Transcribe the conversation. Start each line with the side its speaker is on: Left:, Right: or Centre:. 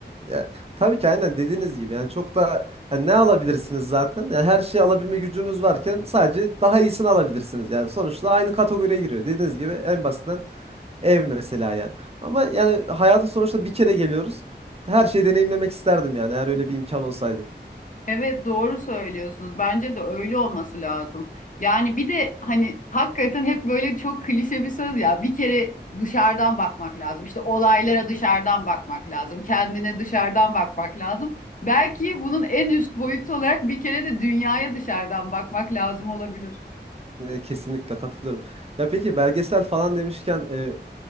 Right: Ya, tabii ki aynen dediğiniz gibi yani çok da yani ne alabilirsiniz zaten? Yani her şeyi alabilme gücünüz varken sadece daha iyisini alabilirsiniz. Yani sonuçta aynı kategoriye giriyor. Dediğiniz gibi en basitinden ev mesela yani. Ama yani hayatın sonuçta bir kere geliyoruz. Her şeyi deneyimlemek isterdim yani eğer öyle bir imkan olsaydı.
Left: Evet doğru söylüyorsunuz. Bence de öyle olması lazım. Yani bir de hani hakikaten hep böyle çok klişe bir söz ya. Bir kere dışarıdan bakmak lazım. İşte olaylara dışarıdan bakmak lazım. Kendine dışarıdan bakmak lazım. Belki bunun en üst boyutu olarak bir kere de dünyaya dışarıdan bakmak lazım olabilir.
Right: E, Kesinlikle katılıyorum. Ya peki belgesel falan demişken e,